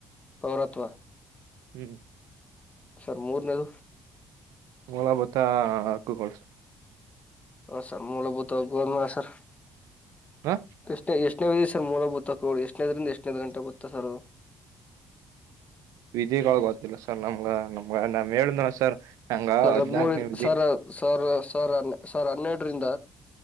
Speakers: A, on the left; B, on the right.
A: ಪೌರತ್ವ
B: ಹ್ಮ್
A: ಸರ್ ಮರ್ನೇದು
B: ಮೊಳ ಭತ್ತ ಅಕ್ಕ ಕೊಳ್ಸ
A: ಹ ಸರ್ ಮೂಲಭೂತವಾಗಿಬೋದ ಸರ್
B: ಹಾ
A: ಎಷ್ಟನ ಎಷ್ಟನೇ ವಿ ಸ ಮೂಲಭೂತ ತಕೋ ಎಷ್ಟನೇದರಿಂದ ಎಷ್ಟನದುಂಟ ಬತ್ತ ಸರ್
B: ವಿಧಿಗೊಳ ಗೊತ್ತಿಲ್ಲ ಸರ್ ನಮ್ಗ ನಮ್ಗ ನಮ್ ಹೇಳಿದ್ರ ಸರ್ ನಂಗ
A: ಸರ್
B: ಹದ್ನಾಲ್ಕನೇ
A: ಹದ್ಮೂರು
B: ವಿಧಿ
A: ಸರ್ ಸಾವಿರ ಸಾವಿರ ಸಾವಿರ ಹನ್ನೆರಡರಿಂದ